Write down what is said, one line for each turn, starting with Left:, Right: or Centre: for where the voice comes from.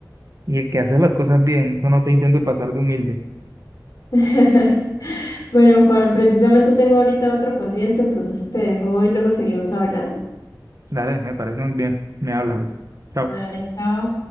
Right: y el que haces las cosas bien, tú no te intentes pasar de humilde.
Left: <laughs> Bueno, Juan, precisamente tengo ahorita otro paciente, entonces te dejo y luego seguimos hablando.
Right: Dale, me parece muy bien. Me hablas, Luis. Chao.
Left: Vale, chao.